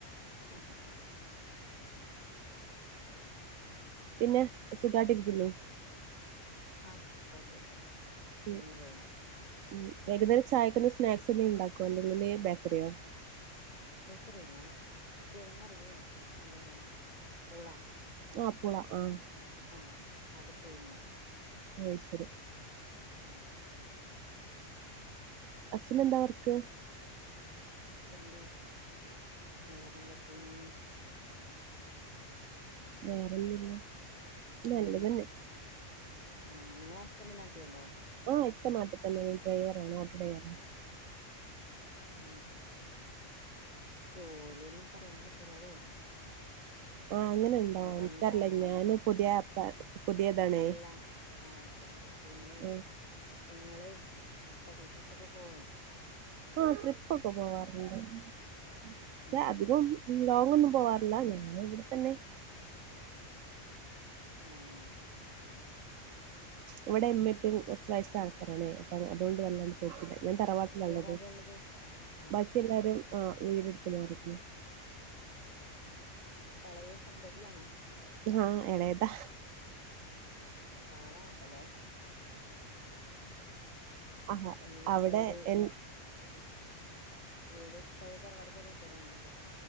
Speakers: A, on the left; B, on the right.
A: ഹ ഹ ഹ
B: പിന്നെ സുഖായിട്ടിരിക്കുന്നു
A: ആഹ കൊഴപ്പമില്ല
B: ഉം
A: ഇങ്ങനെ പോവണ്ട്
B: ഉം വൈകുന്നേരം ചായക്കുള്ള സ്നാക്സ് എന്തേലും ഉണ്ടാക്കോ അല്ലെങ്കില് ബേക്കറിയോ
A: ബേക്കറിയല്ലാ കിഴങ്ങറിയോ എന്താ പറയാ പൂളാ
B: ആ പൂളാ ആ
A: ആഹ അത് പുഴുങ്ങ
B: അയ് ശരി
A: ഉം
B: ഹസ്സ്ന്ന് എന്താ വർക്ക്
A: ഹസ്ബൻഡ് വേറെന്തൊക്കെയാണ്
B: വേറേ ഒന്നുല്ല നല്ലതന്നെ
A: ഏഹ് ആഹ് നിങ്ങളെ ഹസ്ബൻഡ് നാട്ടിലുണ്ടോ
B: ആഹ ഇ മാട്ടിൽ തന്നെ ഡ്രൈവറ ആണ് ഓട്ടോ ഡ്രൈവറ..
A: ആ ജോലിയൊന്നും പറയാൻ പറ്റില്ലാലോ..
B: ആഹ് അങ്ങനെണ്ടോ
A: വേറെന്താണ്
B: എനിക്കറില്ല ഞാന് പുതിയ ആപ്പാ പുതിയതാണേ
A: അല്ല ആ അതെ അതെ പിന്നെ
B: ആഹ്
A: ഇങ്ങള് എവിടെ ട്രിപ്പൊക്കെ പോവോ.
B: ആ ട്രിപ് ഒക്കെ പോവാറുണ്ട് പക്ഷെ
A: ആഹ്
B: അധികം ലോങ് ഒന്നും.. പോവാറില്ല ഞങ്ങളിവിടെത്തന്നെ...
A: ആഹ്
B: ഇവിടെ എമ്മപ്പം കുറച്ച് വയസ ആൾക്കാരാണ്.. അപ്പൊ അതുകൊണ്ട് വല്ലാണ്ട് പോക്കില്ല.. ഞാൻ തറവാട്ടിലാള്ളത്
A: വേറെ ആരാ ഇള്ളത് ആണോ
B: ബാക്കി എല്ലാരും.. ആഹ വീടെടുത്ത് മാറിക്ണ്
A: ഇളയ സന്തതിയാണോ
B: ആഹ എളയതാ.
A: തറവാടാണപ്പല്ലേ
B: ആഹ
A: എങ്ങനെ
B: അവിടെ
A: വീട്
B: എ ൻ
A: വീട് പഴെ തറവാട് പോലെ <unintelligible> ള്ളത്..